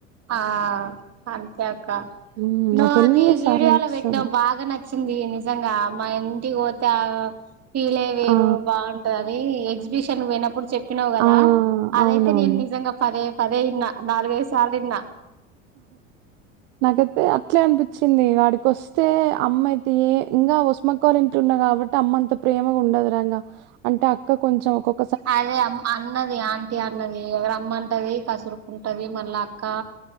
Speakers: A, on the right; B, on the right.
A: ఆ అంతే అక్ క్క
B: మ్మ్
A: నువ్
B: నాకెన్ని
A: అది
B: సార్లు
A: వీడియోలో
B: అనిపిస్తదో
A: బెట్టినవ్ బాగ నచ్చింది నిజంగా మా ఇన్ టికి పోతే ఆ ఫీలే వేరు
B: ఆ
A: బావుంటదనీ ఎగ్జిబిషన్ పోయ్నప్పుడు చెప్పినవ్ గదా
B: ఆ
A: అదైతే
B: అవునవును
A: నేను నిజంగా పదే పదే ఇన్నా, నాలుగైదు సార్లిన్న
B: నాకైతే అట్లే అన్పిచ్ చ్చింది ఇగాడికొస్తే అమ్మయితే ఏ ఇంగా వస్మక్కోలింట్ల ఉన్న గాబట్టి అమ్మ అంత ప్రేమగ ఉన్ ఉండదురంగా అంటే అక్క కొంచెం ఒకొక్
A: అదే అమ్ అన్నది ఆంటీ అన్నది రమ్మటది కసురుకుంట్ టది మళ్ళ అక్కా